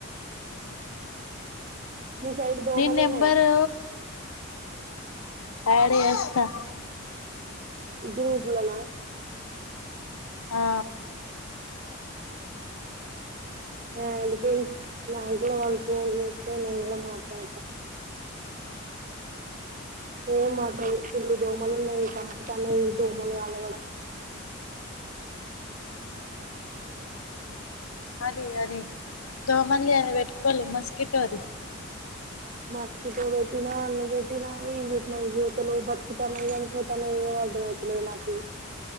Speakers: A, on the right; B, on the left.
A: మీ సైడ్ దోమలు
B: నీన్ నెంబరు
A: ఉన్నాయా
B: యాడ్ చే స్తా
A: గ్రూప్ లోనా
B: ఆ
A: యాడ్ చేయి నక్ కూడా వాళ్ళు ఫోన్ చేస్తే నేను కూడా మాట్లాడతా ఏ మా సైడ్ ఫుల్ దోమలు ఉన్నాయి చంపుతానాయి ఈ దొమ్మళ్ళు వల కూడా
B: అది అది దోమలది అనే పెట్టుకోలే మస్కిటో ది
A: మాస్కితో భెటినా అ బెటీటినా ఏ భేటిన్నాత లో బత్కుతా చనిపో <unintelligible> నే ఏం అర్థం అయితలేదు నాకు